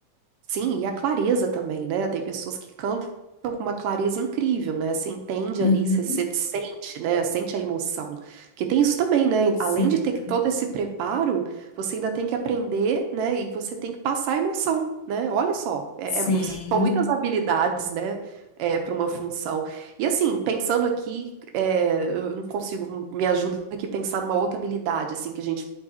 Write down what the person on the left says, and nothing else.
Uhum,
Sim,
sim,